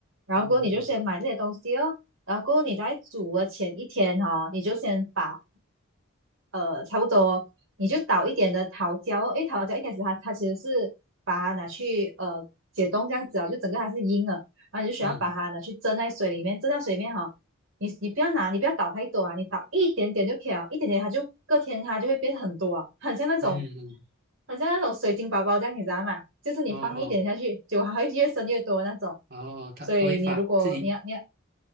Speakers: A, on the right; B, on the right.
A: 然后过后你就先买这些东西哦，
B: 嗯嗯
A: 然后过后你在煮的前一天哦，你就先把呃，差不多，你就倒一点的桃胶哦，因为桃胶一开始它它其实是把它拿去呃解冻这样子啊，就整个它是硬的，然后你就需要把它拿去蒸在水里面，
B: 嗯
A: 蒸在水里面哈、哦你你不要拿，你不要倒太多啊，你倒一点点就可以了，一点点它就隔天它就会变很多啊，很像那种
B: 嗯嗯，
A: 很像那种水晶宝宝这样，你知道吗？就是你放一点下去，
B: 哦哦
A: 结还会越生越多那种。
B: 哦哦，它它会发自己，
A: 所以你如果你要你要